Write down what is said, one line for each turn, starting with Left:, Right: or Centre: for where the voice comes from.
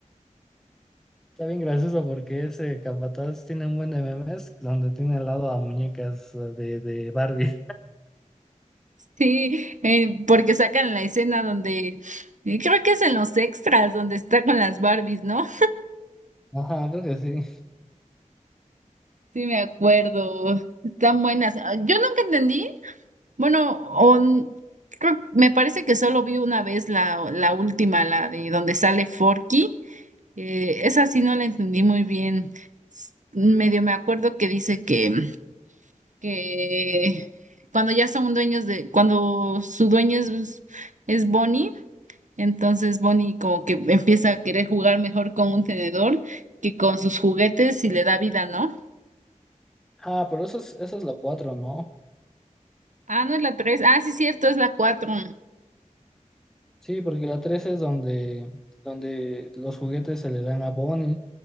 Centre: Está bien gracioso porque ese capataz tiene un buen de memes donde tiene al lado a muñecas eh, de, de Barbie.
Right: Sí, eh, porque sacan la escena donde, eh, creo que es en los extras, donde está con las Barbies, ¿no?
Centre: <laughs> Ajá, creo que sí.
Right: Sí, me acuerdo. Están buenas. Ah, Yo nunca entendí. Bueno, o n- creo, me parece que solo vi una vez la, la última, la de donde sale Forky. Eh, esa sí no la entendí muy bien. S- Medio me acuerdo que dice que, que cuando ya son dueños de, cuando su dueño es, es Bonnie Entonces Bonnie como que empieza a querer jugar mejor con un tenedor que con sus juguetes y le da vida, ¿no?
Centre: Ah, pero eso es, eso es la 4, ¿no?
Right: Ah, no es la tres. Ah, sí, cierto, es la cuatro.
Centre: Sí, porque la 3 es donde, donde los juguetes se le dan a Bonnie,